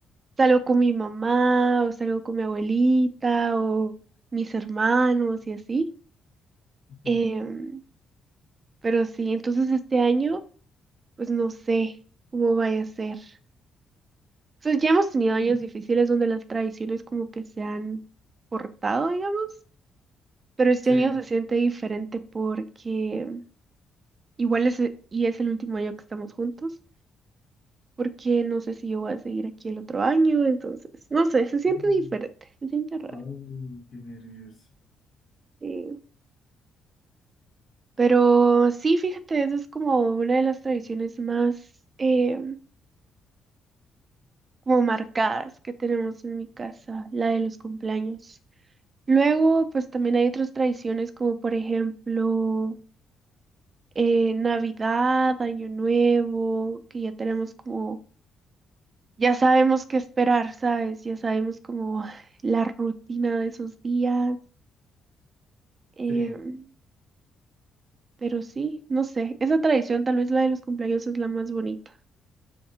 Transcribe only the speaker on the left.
Ujú.
Mm.
Sí.
Mm.
Ay, qué nervios.
Sí,